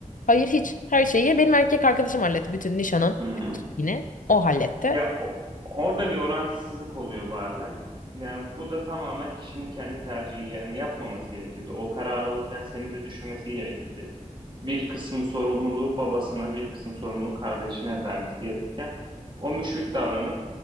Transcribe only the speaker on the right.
Hmm.
Ya o- orada bir orantısızlık oluyor bazen. Yani bu da tamamen kişinin kendi tercihi. Yani yapmaması gerekirdi. O karar alırken seni de düşünmesi gerekirdi. Bir kısım sorumluluğu babasına, bir kısım sorumluluğu kardeşine vermesi gerekirken o müşrik davranıp